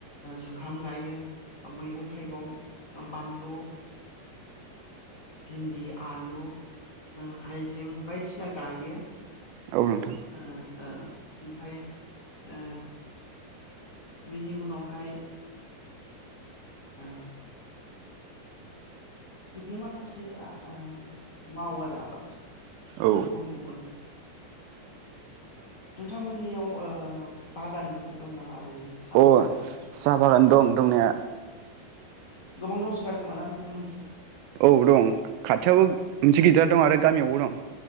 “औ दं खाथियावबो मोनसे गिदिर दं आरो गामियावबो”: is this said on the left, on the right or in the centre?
Right